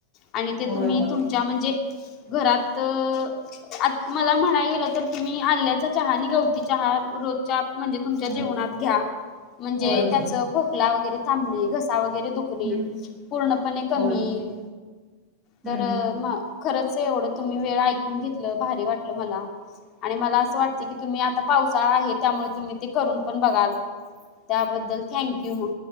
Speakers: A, on the left; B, in the centre.
A: आणि ते
B: होय
A: तुम्ही
B: होय
A: तुमच्या म्हणजे घरात आ मला म्हणाय गेलं तर तुम्ही आल्याचा चहा आणि गवती चहा रोज च्या म्हणजे तुमच्या
B: हम्म
A: जिवनात घ्या म्हणजे
B: होय होय
A: त्याचं खोकला वगैरे थांबली घ सा वैगेरे दुखणे
B: हम्म
A: पूर्ण पणे कमी
B: होय
A: येईल तर
B: हम्म
A: खरंच एवढं तुम्ही वेळ ऐकून घेतलं भारी वाटलं मला आणि मला असं वाटते की तुम्ही आता. पावसाळा आहे त्यामुळे तुम्ही ते करून पण बघाल त्याबद्दल थँंक यू मग.